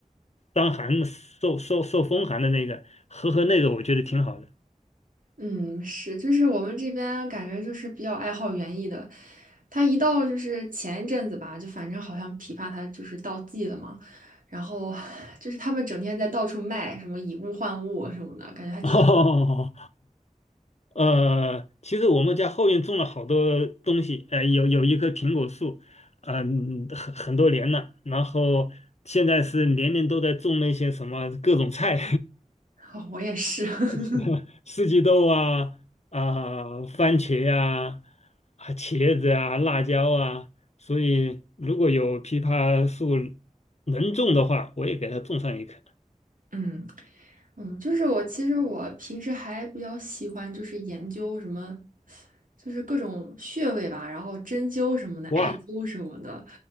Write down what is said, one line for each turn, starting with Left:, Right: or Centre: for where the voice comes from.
Left: 伤寒、受受受风寒的那个，喝喝那个，我觉得挺好的。
Right: 嗯，是，就是我们这边感觉就是比较爱好园艺的，他一到就是前一阵子吧，就反正好像枇杷它就是到季了嘛，然后就是他们整天在到处卖什么以物换物什么的，感觉还挺
Left: <laughs> 哦呃，其实我们家后院种了好多东西，呃，有有一棵苹果树，嗯、很很多年了，然后现在是年年都在种那些什么各种菜，
Right: 哦我也是，<laughs>
Left: <laughs> 四季豆啊，啊、番茄啊，啊茄子啊，辣椒啊，所以如果有枇杷树能种的话，我也给它种上一棵。
Right: 嗯，嗯，就是我其实我平时还比较喜欢就是研究什么，就是各种穴位吧，然后针灸什么的，
Left: 哇，
Right: 艾灸什么的。